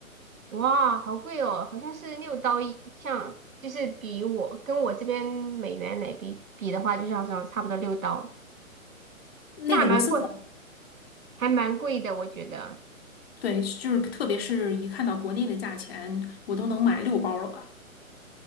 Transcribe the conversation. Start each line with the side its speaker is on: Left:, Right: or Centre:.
Right: 哇，好贵哦，好像是六刀一像，就是比我跟我这边美元来比比的话，就是好像差不多六刀，
Left: 那个螺蛳粉
Right: 那还蛮贵，还蛮贵的，我觉得。
Left: 对，就是特别是一看到国内的价钱，我都能买六包了吧？